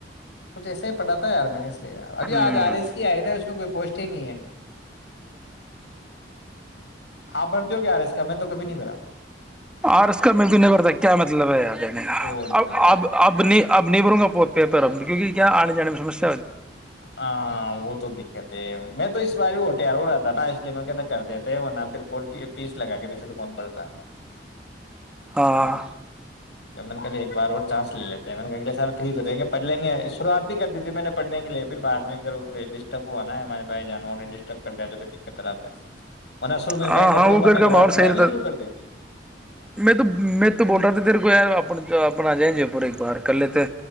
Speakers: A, on the left; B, in the centre.
A: کچھ ایسا ہی پھا ہے یار میں نے اس ابھی
B: ہوں
A: آج آر ایس کی آئی نا اس میں کوئی پوسٹ ہی نہیں ہے آپ بھرتی ہو کیایار اس کا میں تو کبھی نہیں میرا
B: آر اس کا میں بھی نہیں بھرتا کیا مطلب ہے دینے کا
A: او نہیں
B: اب
A: تو کیا
B: اب
A: ہے،
B: اب اب نہیں بھروں گا پیپر کیونک کیا آنے ج س
A: ہاں وہ تو دقت ہے میں تو اس بار ہوٹار ہو رہا تھا ا اس لیے میں کہ کر دیتے ہیں نہ پھر پیس لگا کے دسے تو کون پڑتا
B: واہ
A: میں نے کہ ایک بار اور چانس لے لیتے ہیں میں نے کہ اگلے سال فری تو ہوتےیں گے پڑھ لیں گے شروعات بھی کر دی تھی میں نے پڑھنے کے لیے پھر بعد میں ا ڈسٹرب ہوا نا ہمارے بھائی جانوں نے ڈسٹرب کر دیا جو دقت رہا پھر ورنہ شروع میں
B: ہاں
A: میں نے
B: ہاں
A: فارم
B: وہ
A: بھرنے
B: کر کے
A: بعد
B: ماحول
A: پڑھائی
B: صحیح رہتا
A: بھی شروع کر دیتی
B: میں تو میں تو بول رہا تھا تیرے کو یارپ اپ اپنا جائیں جے پور ایک بار کر لیتے